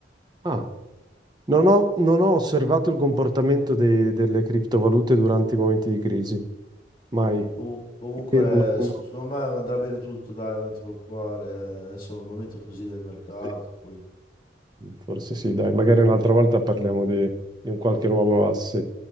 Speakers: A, on the right (about 25°); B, on the left (about 25°).
A: Ah, non ho, non ho osservato il comportamento dei- delle criptovalute durante i momenti di crisi. Mai.
B: comu- comunque
A: Eh, no, no.
B: s- secondo me andrà bene tutto, dai, non ti preoccupare. Adesso è un momento così del mercato,
A: Sì.
B: poi...
A: Forse sì, dai, magari un'altra volta parliamo di, di un qualche nuovo asset.